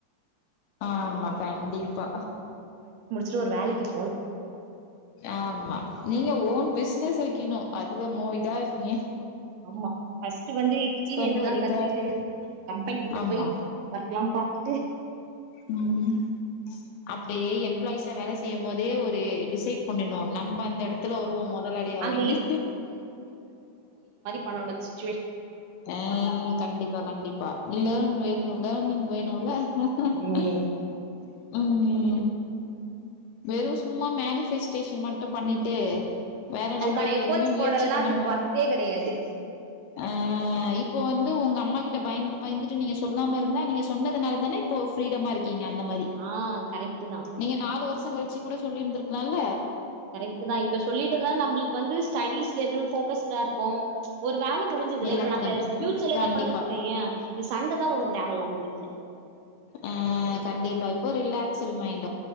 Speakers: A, on the left; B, on the right.
A: ஆமா கண்டிப்பா
B: ஃபஸ்ட்டு ஒரு வேலைக்கு போ
A: ஆமா நீங்க ஓன் பிஸ்னஸ் வைக்குணு அதுல மூவிங்கா இருங்க
B: ஆம்மா ஃபஸ்ட் வந்து எக்ஸ்பீரியன்ஸ்லா
A: வந்து ஒரு இதா
B: கத்துட்டு
A: இருக்கு
B: கம்பெனி கிட்ட
A: ஆமா
B: போய் ஒர்க்லா பாத்துட்டு
A: ம் அப்டே எம்ப்ளாயிஸா வேல செய்யம் போதே ஒரு டிசைட் பண்ணிணு நம்ப அந்த எடத்துல வருவோ மொதலாளியா
B: அந்த
A: அடின்னு
B: பணோ <unintelligible>
A: அ கண்டிப்பா கண்டிப்பா லேன் வேணு லேர்னிங் வேணுல
B: ம்.
A: <inaudible> ஆமா வெறு சும்மா மேனிஃபெஸ்டேஷன் மட்டு பண்ணிட்டு வேற
B: அதுக்கான
A: நம்ம
B: எஃபோர்ட்ஸ்
A: எதுமே முயற்சி
B: போடலன்னா
A: பண்ணாம
B: அது வொர்த்தே கிடையாது.
A: ஆ இப்போ வந்து ஒங்க அம்மா கிட்ட பயந்துட்டு பயந்துட்டு நீங்க சொல்லாமருந்தா நீங்க சொன்னதுனால தான இப்போ ஃப்ரீடமாருக் கிங்க அந்த மாரி
B: ஆ கரெக்ட்டு தான்.
A: நீங்க நாலு வருஷோ கழிச்சு கூட சொல்லிருந்துருக்லால
B: கரெக்ட்டு தா இப்ப சொல்லிட்டுந்தா நம்ளுக்கு வந்து ஸ்டடிஸ்ல எது ஃபோக்கஸ்டா ருப்போ ஒரு வேல முடிஞ்சிதுல
A: எல்லாத்துலயுமே
B: இப்ப நம்ப ஃபியூச்சர்ல எதா
A: கண்டிப்பா
B: பண்ணோ வச்சிக்கோயே சண்ட தா போடுவோ தேவ இல்லாம வீட்ல
A: ஆ கண் ஓ ரிலாக்கஸ்டு மைண்ட்